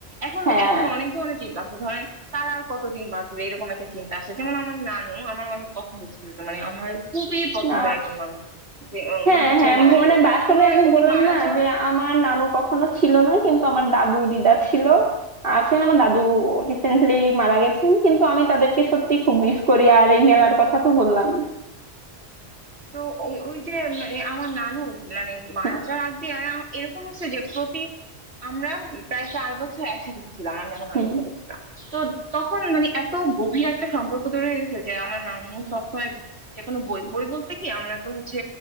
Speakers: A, on the right; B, on the right.
A: এখন
B: হ্যাঁ
A: এখন অনেক ধরনের চিন্তা আছে ধরেন তারা আর কতদিন বাঁচবে এরকম একটা চিন্তা আসে যেমন আমার নানু আমার অনেক পছন্দ ছিল মানে আমার খুবই পছন্দের
B: না
A: একজন মানুষ যে উনি
B: হ্যাঁ
A: হচ্ছে
B: হ্যাঁ ম-
A: মানে
B: মানে বা- আসলে
A: উনার
B: আমি
A: উনি
B: বললাম
A: মারা
B: না
A: যাওয়ার
B: যে আমার নানু কখনো ছিল না কিন্তু আমার দাদু দিদা ছিল আছেন আমার দাদু রিসেন্টলি মারা গেছেন কিন্তু আমি তাদেরকে সত্যি খুব মিস করি আর এই মেলার কথা তো বললামই
A: তো ওই ওই যে মানে আমার নানু মানে মারা
B: হুম
A: যাওয়ার আগে আর আম- এরকম হচ্ছে যে প্রতি আমরা প্রায় চার বছর একসাথে ছিলাম আমি আমার নানুর
B: হুম।
A: সাথে ছিলাম তো তখন মানে এত গভীর একটা সম্পর্ক তৈরি হয়ে গেছে যে আমার নানু সবসময় যে কোনো বই বই বলতে কি আমরা তো হচ্ছে